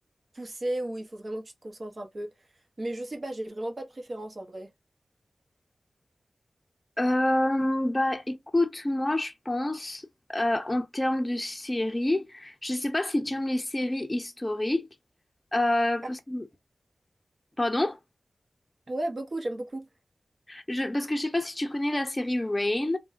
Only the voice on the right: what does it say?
poussées, où il faut vraiment que tu te concentres un peu. Mais je sais pas, j'ai vraiment pas de préférence en vrai.
Ah,
ouais, beaucoup, j'aime beaucoup.